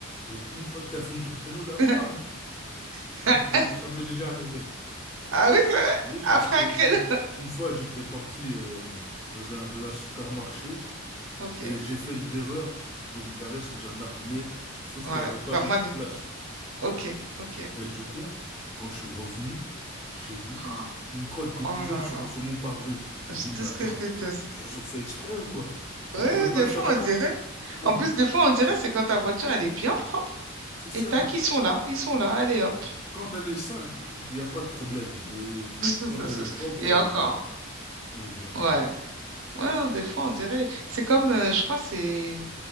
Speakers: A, on the left; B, on the right.
A: Et une fois que tu as fini ton créneau, là,
B: oui.
A: pam!
B: <laughs>
A: Hmm, Ça, m- ça m'est déjà arrivé.
B: Ah oui, c'est vrai?
A: Oui,
B: Après
A: parce que
B: un créneau.
A: une,
B: <laughs>
A: une fois, j'étais parti euh, dans un, dans un supermarché.
B: Ok.
A: Et j'ai fait l'erreur de me garer sous un arbre, mais sauf
B: Ouais.
A: qu'il n'y avait pas
B: Bah
A: d'autre
B: moi, non.
A: place.
B: Ok, ok.
A: Et du coup, quand je suis revenu, j'ai vu du-
B: Oh,
A: une crotte de pigeon
B: Oh là
A: sur,
B: là.
A: sur mon pare-brise. J'ai
B: C'est
A: dit, mais
B: tout ce
A: attends,
B: que je déteste.
A: mais ils ont fait exprès ou quoi? Ils
B: Ouais,
A: pouvaient pas
B: des
A: le faire
B: fois,
A: avant.
B: on dirait.
A: Ils pouvaient-
B: En plus, des fois, on dirait c'est quand ta voiture, elle est bien propre.
A: C'est ça.
B: Et tac, ils sont là. Ils sont là. Allez, hop.
A: Quand elle est sale, tout- il n'y a pas de problème. Mais
B: <laughs>
A: quand elle est propre,
B: Et
A: euh,
B: encore.
A: bah, oui, il y a encore.
B: Ouais. Ouais, des fois, on dirait. C'est comme, euh, je crois, c'est